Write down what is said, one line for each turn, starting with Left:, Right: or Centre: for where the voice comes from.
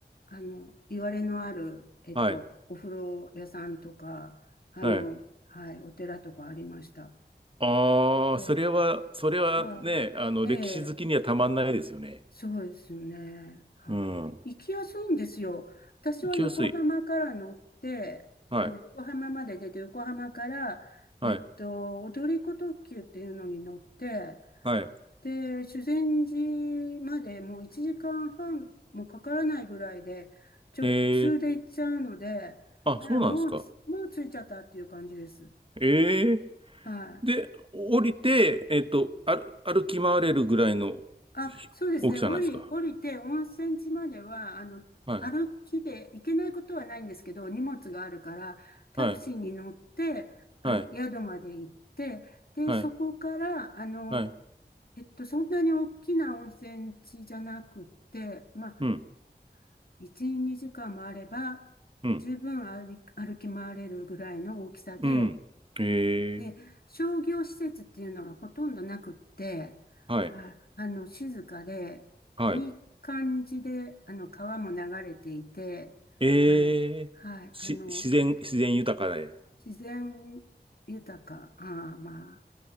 Left: あの、いわれのある、えっと、
Right: はい、
Left: お風呂屋さんとか、あの、
Right: はい。
Left: はい、お寺とかありました。
Right: ああ、
Left: ええ、
Right: それは、それはね、
Left: はい。
Right: あの、歴史好きにはたまんないですよね。
Left: ええそうですよね。はい。
Right: うん。
Left: 行きやすいんですよ。私は横浜から乗って、
Right: 行きやすい。はい、
Left: あの、横浜まで出て、横浜から、
Right: はい、
Left: えっと、踊り子特急っていうのに乗って、
Right: はい。
Left: で、修善寺までもう1時間半もかからないぐらいで、直通で行っちゃうので、
Right: ええあ、
Left: あら、
Right: そうなんですか。
Left: もうつ、もう着いちゃったっていう感じです。
Right: ええ
Left: はいはい。
Right: で、降りて、えっと、歩、歩き回れるぐらいのひ大きさなんですか。
Left: あ、そうですね。降り、降りて、温泉地までは、あの、
Right: はい、
Left: 歩きで行けないことはないんですけど、荷物があるから、タクシーに乗って、
Right: はい、
Left: あ、
Right: はい、
Left: 宿まで行って、で、
Right: はい、
Left: そこから、あの、
Right: はい、
Left: えっと、そんなに大きな温泉地じゃなくって、まあ、
Right: うん、
Left: 1、2時間もあれば、
Right: うん、
Left: 十分歩き、歩き回れるぐらいの大きさで、
Right: うん。
Left: で、
Right: ええ
Left: 商業施設っていうのがほとんどなくって、
Right: はい、
Left: あ、あの、静かで、
Right: はい。
Left: いい感じで、あの、川も流れていて、
Right: ええし、
Left: はい、はい、あの、
Right: 自然、自然豊かで。
Left: 自然豊か、ああ、まあ、